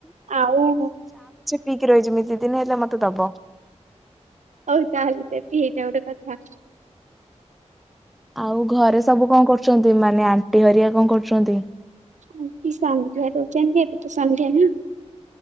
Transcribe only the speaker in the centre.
ପିକି ରହିଛିମି ଦତିି ଦିନ ହେଲେ ମତେ ଦବ।
ଆଉ ଘରେ ସବୁ କଣ କରୁଚନ୍ତି ମାନେ ଆଣ୍ଟି ହରିଆ କଣ କରୁଚନ୍ତି?